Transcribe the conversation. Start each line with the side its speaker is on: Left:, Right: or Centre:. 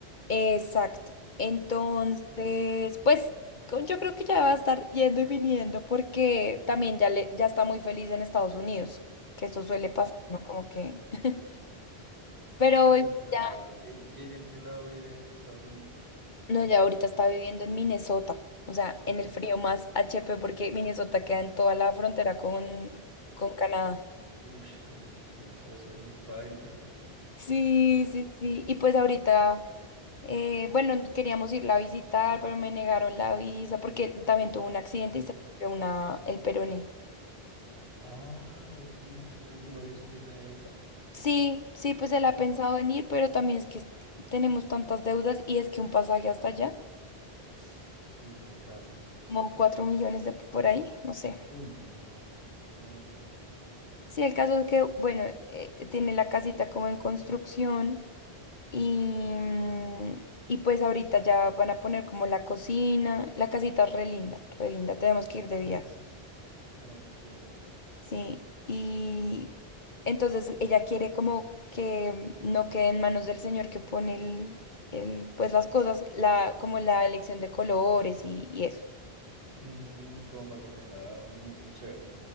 Left: Exacto. Entonces,
Right: Ah,
Left: pues con- yo creo que ya va a estar yendo y viniendo porque también ya, le, ya está muy feliz en Estados Unidos, que eso suele pasar,
Right: ok.
Left: ¿no? Como que... <laughs> Pero
Right: Sí, claro.
Left: ya,
Right: ¿Y y ella en qué lado vive de Estados Unidos?
Left: no, ya ahorita está viviendo en Minnesota, o sea, en
Right: Mm.
Left: el frío más HP porque Minnesota queda en toda la frontera con, con Canadá.
Right: Uy, Dios mío, eso debe ser muy paila. <laughs>
Left: Sí, sí, sí. Y pues ahorita, eh, bueno, queríamos irla a visitar, pero me negaron la visa porque también tuvo un accidente
Right: Ah,
Left: y se rompió una, el peroné.
Right: Ah, pucha. ¿Y tu novio sí tiene visa?
Left: Sí, sí, pues él ha pensado en ir, pero también es que es- tenemos tantas deudas y es que un pasaje hasta allá,
Right: Sí, es muy caro, muy ca-
Left: como cuatro millones de por ahí, no sé.
Right: Uy, no, no, no, no.
Left: Sí, el caso es que, bueno, eh, tiene la casita como en construcción y, mm, y pues ahorita ya van a poner como la cocina, la casita es re linda, re linda, tenemos que ir de
Right: Ujú.
Left: viaje.
Right: No, muy chévere.
Left: Sí, y entonces ella quiere como que no quede en manos del señor que pone el, el, pues las cosas, la, como la elección de colores y, y eso.
Right: Mm, como para que tenga un gusto chévere.